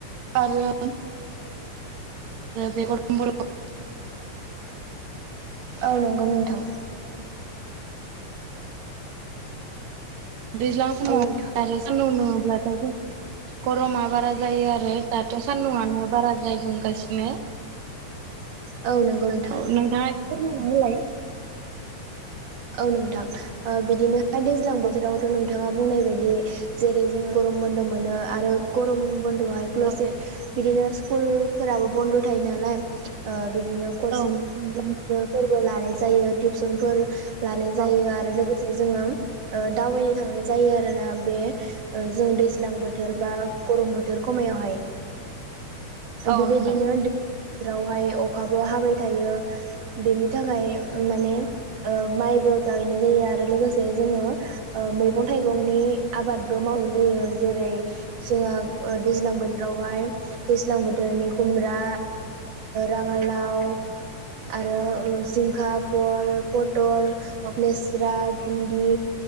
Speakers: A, on the right (about 65°); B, on the right (about 85°).
A: आरो बे गरम बन्द'आव
B: औ नंगौ नोंथां।
A: दैज्लां समाव
B: औ नोंथां
A: आरो सानदुं दुंङोब्लाथ' जोंहा गरमा बारा जायो आरो दाथ' सान्दुआनो बाराद्राय दुंगासिनो।
B: <inaudible> नोंथां
A: औ नोंथाङा एसे फोरमायना होलाय।
B: औ नोंथां बिदिनोहाय दैज्लां बोथोरावथ'
A: औ
B: नोंथ नोंथाङा बुंनाय बायदि जेरै जोङो गरम बन्द' मोनो आरो गरम बन्द'हाय
A: औ
B: बिदिनो स्कुलफोराबो बन्द' थायो नालाय ओ बिदिनो कचिं
A: औ नंगौ
B: फोरबो लानाय जायो टिउसनफोर लानाय
A: नोंथां
B: जायो। आरो लोगोसे लोगोसे जोङो ओ दावबायनो थांनाय जायो आरोना बे जों दैज्लां बोथोर बा गरम बोथोर खमायावहाय
A: औ
B: बेबायदिनो
A: नोंथां
B: बोथोरावहाय अखाबो हाबाय थायो बेनि थाखाय माने माइबो गायनाय जायो आरो लोगोसे जोङो ओ मैगं थाइगंनि आबादबो मावनाय जायो जेरै- जोंङो ओ दैज्लां बोथोरावहाय दैज्लां बोथोरनि खुमब्रा राङालाव आरो सजिंखा भल पटल
A: औ
B: लेस जिरा भिन्दि